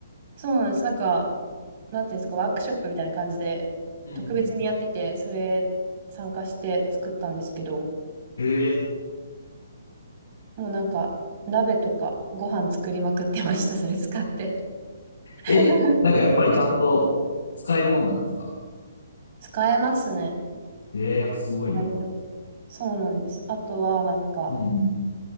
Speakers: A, on the right; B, on the left.
A: そうなんです。なんか、なんていうんですか、ワークショップみたいな感じで、
B: うんうん。
A: 特別にやってて、それ参加して作ったんですけど、
B: へえ。
A: もうなんか、鍋とかご飯作りまくってました。それ使って。<laughs>
B: え、なんかやっぱりちゃんと使えるもんなんですか
A: 使えますね。
B: ええ、やっぱすごいな。
A: 意外とそうなんです。あとは、なんか、
B: うん